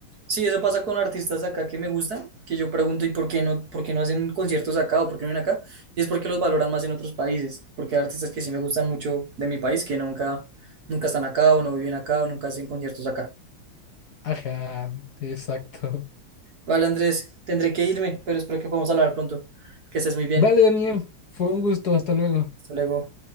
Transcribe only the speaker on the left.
Ajá, exacto.
Vale, Daniel, fue un gusto, hasta luego.